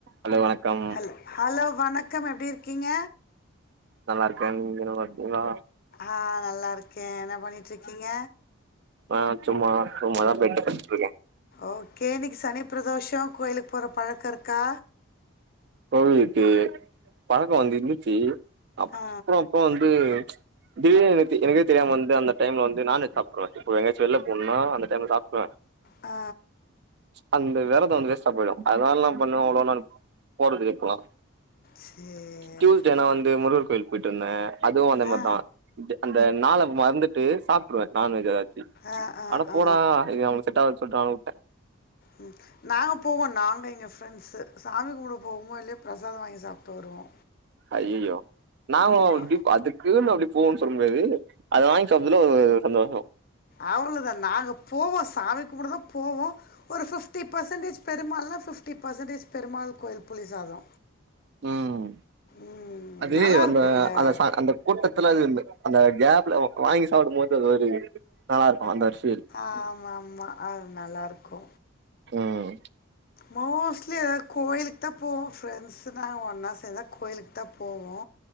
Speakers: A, on the right; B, on the left.
A: ஆலோ வணக்கம்
B: hello hello வணக்கம் எப்டி இருக்கீங்க
A: நல்லார்க்கே இங்க நல்லார்க்கீங்களா
B: ஆ நல்லா இருக்கே என்ன பண்ணிட்டு இருக்கீங்க
A: ஆ ச்சும்மா தூங்க தா போய்ட்ருக்க ட்ருக்கே
B: ஓகே இன்னிக்கி சனி ப்ரதோஷோ கோயில்க் போற பழக்க இருக்கா
A: கழுவிட்டு பழக்கோ வந்து இருந்துச்சி அப்றோ
B: ஆ
A: அப்போ வந்து திடீர்னு எனக் எனக்கே தெரியாம வந்து அந்த டைம்ல வந்து நான்வெஜ் சாப்ருவே இப்ப எங்கயாச்சு வெள்ள போனுனா அந்த டைம்ல சாப்டுருவே
B: ஆ
A: அந்த விரதோ வந்து வேஸ்டா போய்டு அதனால நா என்ன பண்ணுவே அவ்ளோ நா போறது இப்பலா
B: சேரி
A: டியூஸ்டேனா வந்து முருகர் கோயில் போய்ட்ருந்தே அதுவு அந்த மார்தா
B: ஆ
A: அந்த நாள மறந்துட்டு சாப்ட்ருவே நான்வெஜ் எதாச்சி
B: ஆ ஆ
A: போடா
B: ஆ
A: இது நம்ளுக்கு செட்டாகாது சொல்ட்டு நானு வுட்ட
B: ம் நாங்க போவோ நாங்க எங்க ஃப்ரெண்ஸு சாமி கும்புட போவோமோ இல்லயோ பிரசாத வாங்கி சாப்ட்டு வருவோ
A: அய்யயோ நாங்களு
B: ஆமா
A: இப்டி அதுக் குன் அப்டி போன் சொல் முடியாது அத வாங்கி சாப்றதுல ஒரு ஓரு சந்தோஷ
B: அவ்ளதா நாங்க போவோ சாமி கும்புட தா போவோ ஒரு ஃபிப்டி பர்சன்டேஜ் பெருமாள்னா ஃபிப்டி பர்சன்டேஜ் பெருமாள் கோயில் புளி சாதோ
A: ம்
B: ம்
A: அது
B: நல்லா
A: அந்த
B: இருக்குல்ல
A: அந்த சா அந்த கூட்டத்துல அது இந்த அந்த கேப்ல வாங்கி சாப்டு போது அது ஒரு நல்லா இருக்கு அந்த ஒரு ஃபீல்
B: ஆமாமா அது நல்லா இருக்கு
A: ம்
B: மோஸ்ட்லி எதாவது கோயிலுக்தா போவோ ஃப்ரெண்ட்ஸுதா ஒன்னா சேந்தா கோயிலுக்தா போவோ